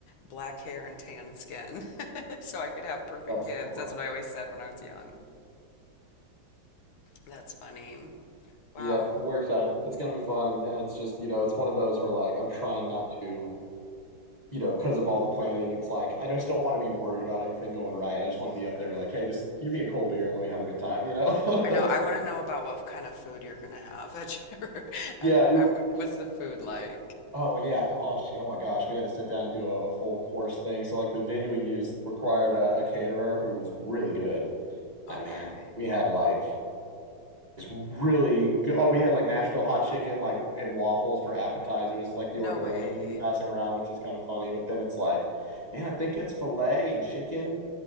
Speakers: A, on the left; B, on the right.
A: black hair and tan skin <laughs> so I could have perfect
B: That's
A: kids.
B: so funny.
A: That's what I always said when I was young. That's funny. Wow.
B: Yep, but we're excited. It's gonna be fun, and, and it's just, you know, it's one of those where like I'm trying not to, you know, because of all the planning, it's like I just don't want to be worried about everything going right. I just want to be up there and be like, hey, just give me a cold beer and let me have a good time, you know? <laughs>
A: I know. I
B: So,
A: want to know about what kind of food you're going to have at your <laughs>
B: yeah.
A: at the,
B: You,
A: um, what's the food like?
B: oh yeah. I thought, oh, sh- oh my gosh, we had to sit down and do a, a full course thing. So like the venue we used required a, a caterer who was really good.
A: Okay.
B: Ah man, we had like It's really good. Oh, we had like Nashville hot chicken, like and waffles for appetizers, like the
A: No
B: hors d'oeuvres
A: way.
B: are going to be passing around, which is kind of funny. But then it's like, man, I think it's filet and chicken.